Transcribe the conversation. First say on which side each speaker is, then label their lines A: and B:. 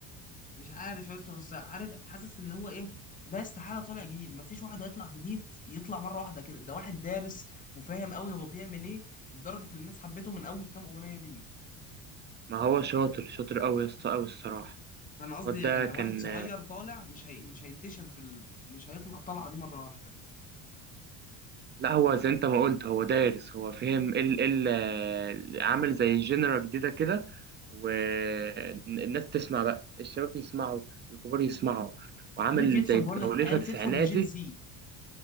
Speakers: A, on the left; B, on the right.
A: مش عارف يا اسطى بس عارف حاسس اللي هو ايه ده استحاله طالع جديد مفيش واحد هيطلع جديد يطلع مره واحده كده ده واحد دارس وفاهم قوي هو بيعمل ايه لدرجه ان الناس حبيته من اول كام اغنيه ليه
B: ما هو شاطر شاطر قوي يا اسطى قوي الصراحه
A: فانا قصدي
B: الواد
A: يعني
B: ده
A: لو
B: كان
A: واحد صغير طالع مش هي... مش هينتشر بال... مش هيطلع الطلعه دي مره واحده
B: لا هو زي انت ما قلت هو دارس هو فهم ال إيه ال آه، عامل زي جنرا جديدة كده والناس تسمع بقى الشباب يسمعوا الكبار يسمعوا وعامل
A: عارف يدخل
B: زي
A: بقول
B: توليفة
A: لك عارف
B: تسعيناتي
A: يدخل لجين زي